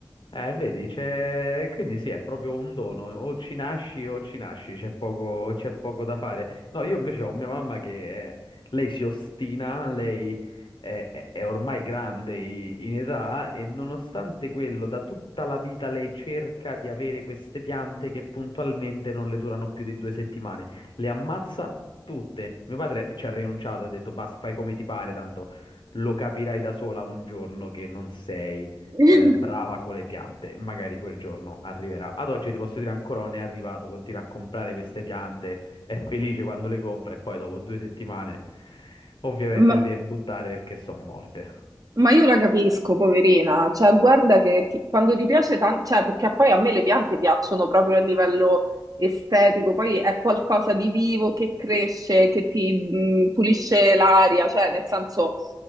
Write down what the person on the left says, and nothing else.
Eh, vedi, c'è... quindi sì, è proprio un dono, o ci nasci o ci nasci, c'è poco, c'è poco da fare. No, io invece ho mia mamma che eh, lei si ostina, lei è, è- è ormai grande i- in età e nonostante quello, da tutta la vita lei cerca di avere queste piante che puntualmente non le durano più di due settimane, le ammazza tutte. Mio padre ci ha rinunciato, ha detto basta, fai come ti pare, tanto lo capirai da sola un giorno che non sei
eh, brava con le piante, magari quel giorno arriverà. Ad oggi ti posso dire ancora non è arrivato, continua a comprare queste piante, è felice quando le compra e poi dopo due settimane ovviamente
le deve buttare perché sono morte.